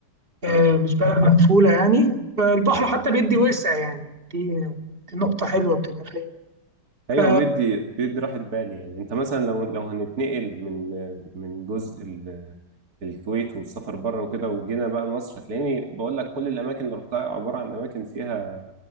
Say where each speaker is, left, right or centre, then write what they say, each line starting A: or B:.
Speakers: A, on the right; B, on the right.
A: آه،
B: اه
A: مش بلد مقفولة يعني فالبحر
B: مم.
A: حتى بيدي وسع يعني دي دي نقطة حلوة بتبقى في أي بلد
B: ايوه
A: ف
B: بيدي بيدي راحه بال يعني انت مثلا لو لو هنتنقل من من جزء ال- الكويت والسفر بره وكده وجينا بقى مصر هتلاقيني بقول لك كل الاماكن اللي رحتها عباره عن اماكن فيها